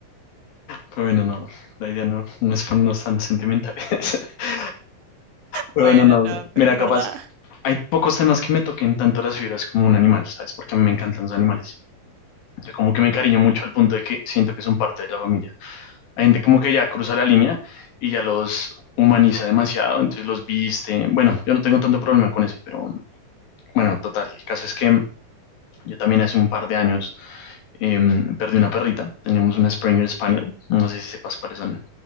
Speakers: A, on the left; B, on the right.
A: Pero bueno, no, la idea no, no es ponernos tan sentimentales. <laughs> Pero
B: Bueno,
A: bueno, no,
B: no,
A: mira,
B: pero es
A: capaz,
B: verdad.
A: hay pocos temas que me toquen tanto las fibras como un animal, ¿sabes? Porque a mí me encantan los animales. Yo como que me encariño mucho al punto de que siento que son parte de la familia. Hay gente como que ya cruza la línea y ya los humaniza demasiado, entonces los viste. Bueno, yo no tengo tanto problema con eso, pero bueno, total, el caso es que yo también hace un par de años em, perdí una perrita, teníamos una Springer Spaniel, no sé si sepas cuáles son.